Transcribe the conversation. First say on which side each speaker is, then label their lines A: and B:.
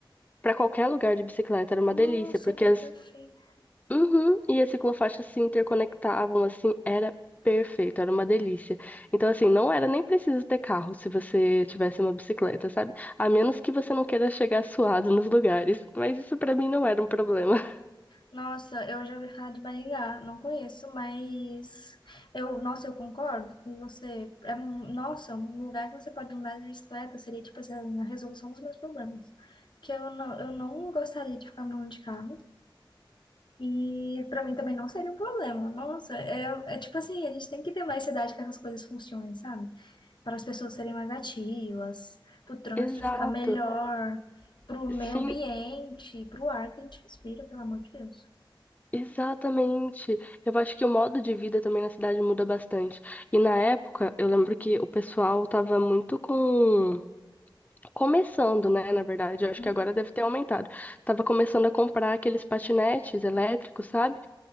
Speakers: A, on the left; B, on the left.
A: pra qualquer lugar de bicicleta, era uma
B: Nossa,
A: delícia, porque
B: que
A: as
B: perfeito.
A: Uhum, e as ciclofaixas se interconectavam, assim, era perfeito, era uma delícia. Então, assim, não era nem preciso ter carro se você tivesse uma bicicleta, sabe? A menos que você não queira chegar suado nos lugares. Mas isso pra mim não era um problema. <laughs>
B: Nossa, eu já ouvi falar de Maringá, não conheço, mas eu, nossa, eu concordo com você. É um, nossa, um lugar que você pode andar de bicicleta seria tipo assim, a resolução dos meus problemas. Que eu não, eu não gostaria de ficar andando de carro. E pra mim também não seria um problema. Nossa, é, é tipo assim, a gente tem que ter mais cidade que essas coisas funcionem, sabe? Para as pessoas serem mais ativas, para o trânsito
A: Exato.
B: ficar melhor, para o meio
A: Sim,
B: ambiente, para o ar que a gente respira, pelo amor de Deus.
A: Exatamente. Eu acho que o modo de vida também na cidade muda bastante. E na época, eu lembro que o pessoal tava muito com começando, né, na verdade, eu acho
B: Uhum.
A: que agora deve ter aumentado. Tava começando a comprar aqueles patinetes elétricos, sabe?